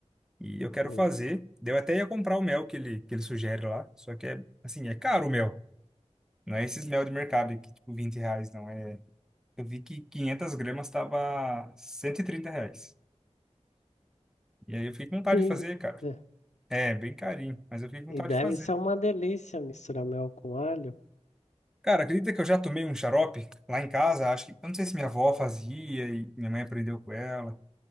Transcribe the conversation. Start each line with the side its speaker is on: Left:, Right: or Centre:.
Centre: E eu quero
Left: Hum.
Centre: fazer. daí Eu até ia comprar o mel que ele, que ele sugere lá, só que é assim, é caro o mel. Não é esses mel de mercado aí que, tipo, 20 reais, não. É... Eu vi que 500 gramas tava 130 reais. E aí eu fiquei com vontade
Left: <laughs>
Centre: de fazer, cara.
Left: É.
Centre: É, bem carinho, mas eu fiquei com
Left: E
Centre: vontade
Left: deve
Centre: de fazer.
Left: ser uma delícia misturar mel com alho.
Centre: Cara, acredita que eu já tomei um xarope lá em casa? Acho que, eu não sei se minha avó fazia e minha mãe aprendeu com ela.